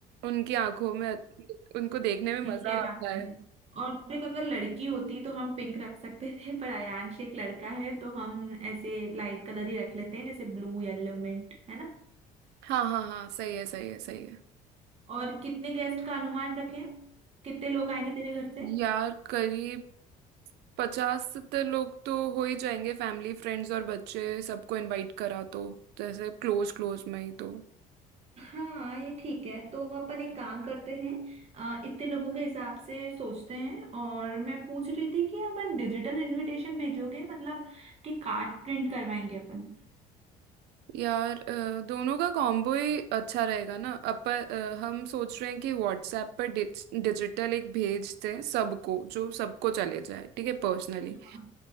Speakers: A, on the right; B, on the right.
A: उनकी आंखों में उनको देखने में
B: ये
A: मजा आता
B: बात
A: है
B: है और देख अगर लड़की होती तो हम पिंक रख सकते थे पर आयांश एक लड़का है तो हम ऐसे लाइट कलर ही रख लेते हैं जैसे ब्लू येलो मिंट है ना
A: हाँ हाँ हाँ सही है सही है सही है
B: और कितने गेस्ट का अनुमान रखें कितने लोग आएंगे तेरे घर से
A: यार करीब पचास सत्तर लोग तो हो ही जाएंगे फैमिली फ्रेंड्स और बच्चे सबको इनवाइट करा तो जैसे क्लोज क्लोज में ही तो
B: हाँ ये ठीक है तो अपन एक काम करते हैं अ, इतने लोगों के हिसाब से सोचते हैं और मैं पूछ रही थी कि अपन डिजिटल इनविटेशन भेजोगे मतलब कि कार्ड प्रिंट करवाएंगे अपन
A: यार अ, दोनों का कॉम्बो ही अच्छा रहेगा ना अपन अ, हम सोच रहे हैं कि व्हाट्सएप पर डिज, डिजिटल एक भेज दें सबको जो सबको चले जाए ठीक है पर्सनली
B: हाँ